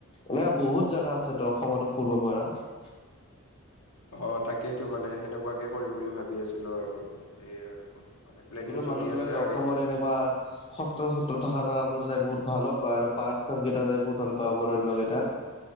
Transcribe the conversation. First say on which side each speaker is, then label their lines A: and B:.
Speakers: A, on the left (about 25°); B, on the left (about 80°).
A: এনেকাে বহুত জেগা আছে তো অসমতো <unintelligible>
B: অ তাকেইতো মানে সেনেকুৱাকে কৰিম বুলি ভাবি আছিলো আৰু এই আৰু মানে প্লেনিং
A: মানুহ
B: চলি
A: বিলাকে
B: আছে আৰু
A: অসমৰ এনেকুৱা সত্ৰ-সত্ৰ থকা জাগাবোৰ যাই বহুত ভালো পায় আৰু পাৰ্ক চাৰ্কেইটা যাই বহুত ভাল পায়, <unintelligible>